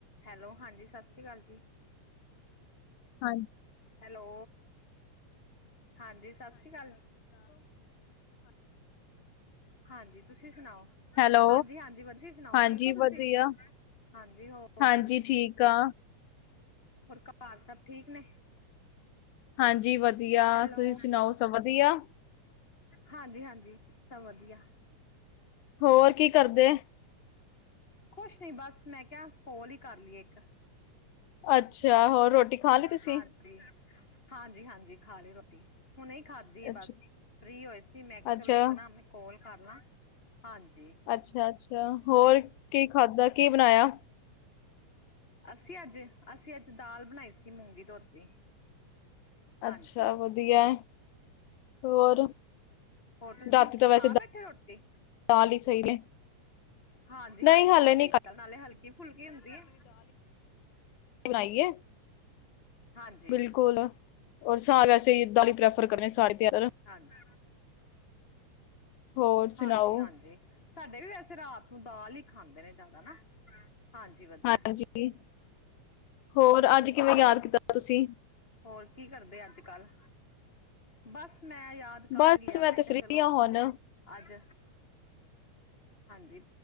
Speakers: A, on the left; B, on the left.
A: Hello ਹਾਂਜੀ ਸਤਿ ਸ੍ਰੀ ਅਕਾਲ ਜੀ।
B: ਹਾਂਜੀ
A: ਹੈਲੋ ਹਾਂਜੀ ਸਤਿ ਸ਼੍ਰੀ ਅਕਾਲ! ਹਾਂਜੀ ਤੁਸੀਂ ਸੁਣਾਓ?
B: ਹੈਲੋ
A: ਹਾਂਜੀ-ਹਾਂਜੀ ਵਦੀਆ ਸੁਣਾਓ,
B: ਹਾਂਜੀ
A: ਠੀਕ ਹੋ ਤੁਸੀਂ?
B: ਵਧੀਆ
A: ਹਾਂਜੀ ਹੋਰ ਘਰ,
B: ਹਾਂਜੀ ਠੀਕ ਆ
A: ਹੋਰ ਘਰ ਸਭ ਠੀਕ ਨੇ?
B: ਹਾਂਜੀ ਵਧੀਆ,
A: ਹੈਲੋ
B: ਤੁਸੀਂ ਸੁਣਾਓ ਸਭ ਵਧੀਆ?
A: ਹਾਂਜੀ- ਹਾਂਜੀ ਸਭ ਵਧੀਆ
B: ਹੋਰ ਕੀ ਕਰਦੇ?
A: ਕੁਛ ਨੀ, ਬਸ ਮੈਂ ਕਿਹਾ, ਫੋਲ ਹੀ ਕਰ ਲਈਏ ਇੱਕ
B: ਅੱਛਾ ਹੋਰ ਰੋਟੀ ਖਾ ਲਈ ਤੁਸੀਂ?
A: ਹਾਂਜੀ ਹਾਂਜੀ- ਹਾਂਜੀ ਖਾ ਲਈ ਰੋਟੀ, ਹੁਣੇ ਹੀ ਖਾਧੀ
B: ਅੱਛਾ
A: ਬਸ ਫ੍ਰੀ ਹੋਏ ਸੀ, ਮੈਂ ਕਿਹਾ ਚਲੋ
B: ਅੱਛਾ
A: ਇੱਕ ਨਾ ਮੈਂ ਕੋਲ ਕਰ ਲਾਂ ਹਾਂਜੀ
B: ਅੱਛਾ-ਅੱਛਾ ਹੋਰ ਕੀ ਖਾਧਾ, ਕੀ ਬਣਾਇਆ?
A: ਅਸੀਂ ਅੱਜ ਅਸੀਂ ਅੱਜ ਦਾਲ ਬਣਾਈ ਸੀ ਮੂੰਗੀ ਧੋਤੀ ਹਾਂਜੀ
B: ਅੱਛਾ ਵਧੀਆ ਹੋਰ
A: ਹੋਰ ਤੁਸੀਂ,
B: ਰਾਤੀ ਤਾਂ ਵੈਸੇ
A: ਖਾ ਬੈਠੇ ਰੋਟੀ?
B: ਦਾਲ ਹੀ ਸਹੀ ਨੇ
A: ਹਾਂਜੀ-
B: ਨਹੀਂ
A: ਹਾਂਜੀ
B: ਹਾਲੇ
A: ਸਹੀ
B: ਨਹੀਂ
A: ਗੱਲ, ਨਾਲੇ ਹਲਕੀ ਫੁਲਕੀ ਹੁੰਦੀ ਹੈ।
B: ਬਣਾਈਏ,
A: ਹਾਂਜੀ
B: ਬਿਲਕੁਲ ਔਰ ਸਾਰੇ ਅਸੀ ਦਾਲ ਪ੍ਰਫ ਪ੍ਰੇਫਰ ਕਰਦੇ <unintelligible>
A: ਹਾਂਜੀ -
B: ਹੋਰ
A: ਹਾਂਜੀ-
B: ਸੁਣਾਓ
A: ਹਾਂਜੀ ਸਾਡੇ ਵੀ ਵੈਸੇ ਰਾਤ ਨੂੰ ਦਾਲ ਹੀ ਖਾਂਦੇ ਨੇ ਜ਼ਿਆਦਾ ਨਾ ਹਾਂਜੀ ਵਧੀਆ
B: ਹਾਂਜੀ ਹੋਰ ਅੱਜ ਕਿਵੇਂ
A: ਹੋਰ
B: ਯਾਦ ਕੀਤਾ ਤੁਸੀਂ
A: ਹੋਰ ਕੀ ਕਰਦੇ ਅੱਜ ਕੱਲ ਬਸ ਮੈਂ ਯਾਦ ਕਰ
B: ਬਸ
A: ਹੀ ਲਿਆ, ਮੈਂ
B: ਤੇ
A: ਕਿਹਾ
B: ਫ੍ਰੀ
A: ਚਲੋ
B: ਹਾਂ ਹੁਣ।
A: ਅੱਜ ਹਾਂਜੀ